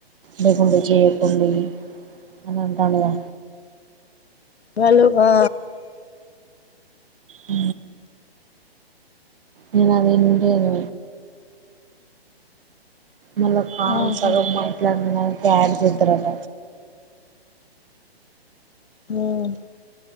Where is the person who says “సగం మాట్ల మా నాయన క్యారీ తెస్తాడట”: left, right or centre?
Right